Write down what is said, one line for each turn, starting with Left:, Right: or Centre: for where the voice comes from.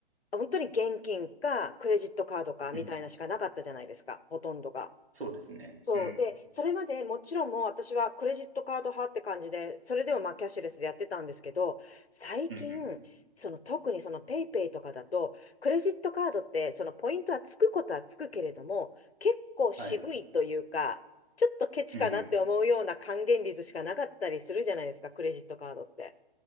Left: あ、本当に現金かクレジットカードかみたいなしかなかったじゃないですか、
Right: うん。
Left: ほとんどが。
Right: そうですね。
Left: そう。
Right: うん。
Left: で、それまでもちろんもう私はクレジットカード派って感じで、それでもまあキャッシュレスでやってたんですけど、最近、
Right: うんうん。
Left: その特にそのペイペイとかだと、クレジットカードってそのポイントはつくことはつくけれども、結構渋いというか、
Right: はい。
Left: ちょっとケチかなって思うような還元率しかなかったりするじゃないですか、
Right: うんうん。
Left: クレジットカードって。